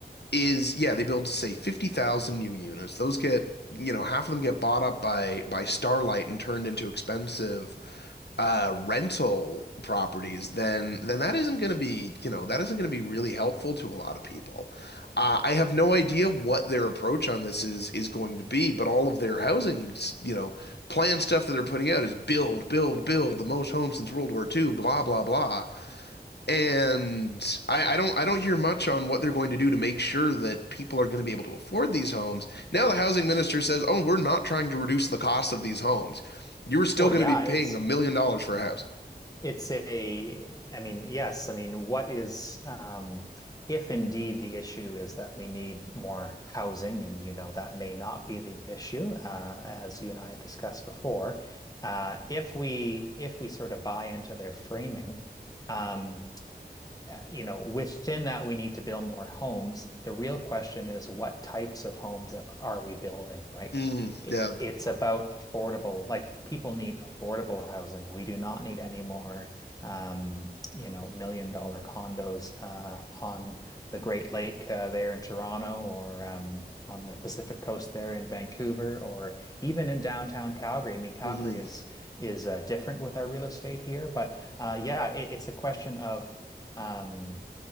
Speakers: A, on the left; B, on the left.
A: is yeah, they build say 50,000 new units. Those get, you know, half of them get bought up by by Starlight and turned into expensive uh rental properties. Then then that isn't going to be, you know, that isn't going to be really helpful to a lot of people. Uh, I have no idea what their approach on this is is going to be, but all of their housing, you know, plan stuff that they're putting out is build, build, build the most homes since World War Two. blah blah blah. And I, I don't I don't hear much on what they're going to do to make sure that people are going to be able to afford these homes. Now the housing minister says, "Oh, we're not trying to reduce the cost of these homes. You're still
B: Well,
A: going
B: yeah,
A: to be paying
B: it's
A: a million dollars for a house."
B: it's a, I mean, yes, I mean, what is um, if indeed the issue is that we need more housing, and you know that may not be the issue, uh, as you and I have discussed before. Uh, if we if we sort of buy into their framing, um, uh, you know, within that, we need to build more homes. The real question is what types of homes are we building, right?
A: Mm,
B: It,
A: yeah.
B: it's about affordable, like people need affordable housing. We do not need any more, um, you know, million dollar condos uh, on the Great Lake uh, there in Toronto or um, on the Pacific Coast there in Vancouver or even in downtown Calgary. I mean, Calgary
A: hmm
B: is is uh, different with our real estate here, but uh, yeah, it, it's a question of um,